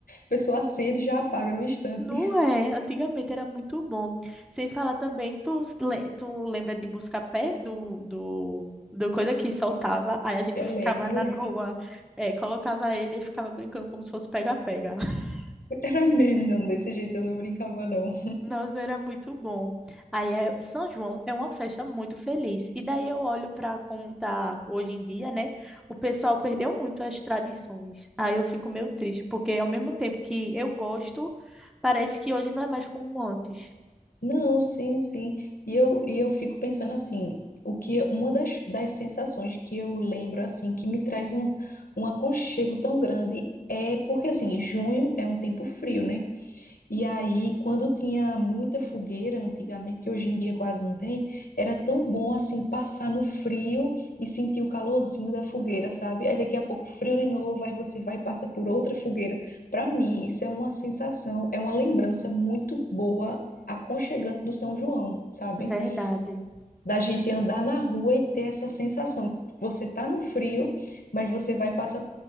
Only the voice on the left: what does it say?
pessoa acende e já apaga no instante.
Eu
lembro, eu
lembro.
<laughs> Era mesmo, não, desse jeito eu não brincava, não.
Não, sim, sim. E eu, e eu fico pensando assim, o que uma das, das sensações que eu lembro, assim, que me traz um, um aconchego tão grande é porque, assim, junho é um tempo frio, né? E aí, quando tinha muita fogueira antigamente, que hoje em dia quase não tem, era tão bom assim passar no frio e sentir o calorzinho da fogueira, sabe? Aí daqui a pouco frio de novo, aí você vai e passa por outra fogueira. Para mim, isso é uma sensação, é uma lembrança muito boa, aconchegante do São João, sabe?
Da gente andar na rua e ter essa sensação. Você tá no frio, mas você vai e passa